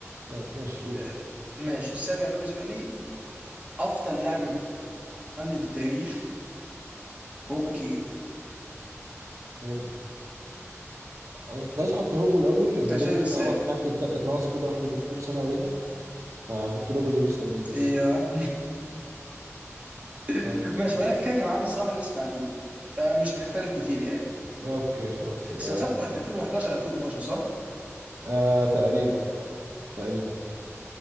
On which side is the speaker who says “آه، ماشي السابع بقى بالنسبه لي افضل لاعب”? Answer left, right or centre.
Right